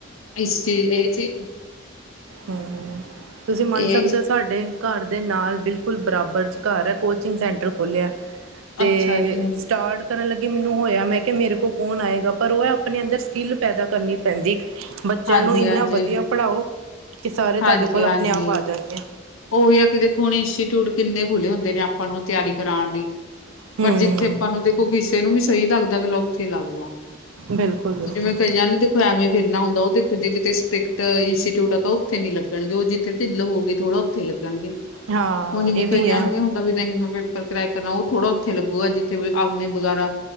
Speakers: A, on the left; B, on the right.
A: ਇਸ ਚੀਜ਼ ਇਹ ਚੀਜ਼
B: ਹ ਤੁਸੀਂ ਮੰਨ
A: ਇਹ
B: ਸਕਦੇ
A: ਚੀਜ਼-
B: ਹੋ ਸਾਡੇ ਘਰ ਦੇ ਨਾਲ ਬਿਲਕੁਲ ਬਰਾਬਰ ਚ ਘਰ ਹੈ। ਕੋਚਿੰਗ ਸੈਂਟਰ ਖੋਲ੍ਹਿਆ ਤੇ
A: ਅੱਛਾ ਜੀ
B: ਸਟਾਰਟ ਕਰਨ ਲੱਗੀ ਮੈਨੂੰ ਹੋਇਆ ਮੈਂ ਕਿਹਾ ਮੇਰੇ ਕੋਲ ਕੌਣ ਆਏਗਾ? ਪਰ ਉਹ ਆਪਣੇ ਅੰਦਰ ਸਕਿੱਲ ਪੈਦਾ ਕਰਨੀ ਪੈਂਦੀ। ਬੱਚਿਆਂ
A: ਹਾਂਜੀ-ਹਾਂਜੀ,
B: ਨੂੰ ਇੰਨਾ ਵਧੀਆ ਪੜ੍ਹਾਓ ਕਿ ਸਾਰੇ
A: ਹਾਂਜੀ-ਹਾਂਜੀ
B: ਤੁਹਾਡੇ ਕੋਲ ਆਪਣੇ ਆਪ
A: ਉਹੀ
B: ਆ ਜਾਣਗੇ
A: ਆ ਕਿ ਦੇਖੋ, ਹੁਣ ਇੰਸਟੀਚਿਊਟ ਕਿੰਨੇ ਖੁੱਲ੍ਹੇ ਹੁੰਦੇ ਨੇ ਆਪਾਂ ਨੂੰ ਤਿਆਰੀ ਕਰਾਉਣ ਲਈ।
B: ਹੂੰ
A: ਪਰ ਜਿੱਥੇ ਆਪਾਂ ਨੂੰ ਦੇਖੋ ਕਿਸੇ ਨੂੰ ਵੀ ਸਹੀ ਲੱਗਦਾ ਕਿ ਚਲੋ ਉੱਥੇ ਲੱਗਦਾ ਹੁਣ
B: ਬਿਲਕੁਲ ਬਿਲਕੁਲ
A: ਜਿਵੇਂ ਕਈਆਂ ਤੇ ਖਵੇਂ ਫਿਰਨਾ ਹੁੰਦਾ ਉਹ ਦੇਖੋ ਜੇ ਕਿਤੇ ਸਟ੍ਰਿਕਟ ਇੰਸਟੀਟਿਊਟ ਆ ਤਾਂ ਉੱਥੇ ਨੀ ਲੱਗਣਗੇ ਉਹ ਜਿੱਥੇ ਢਿੱਲ ਹੋਗੀ ਥੋੜਾ ਉੱਥੇ ਲੱਗਣਗੇ
B: ਹਾਂ
A: ਹੁਣੇ ਜਿਵੇ
B: ਇਹ ਵੀ
A: ਜਾਣਗੇ
B: ਹੈ
A: ਵੀ ਨਹੀਂ ਮੈਂ ਪੇਪਰ ਕਰਾਇ ਕਰਨਾ, ਉਹ ਥੋੜਾ ਉੱਥੇ ਲੱਗਗੇਗਾ ਜਿੱਥੇ ਵੀ ਆਮਣੇ ਵਗੈਰਾ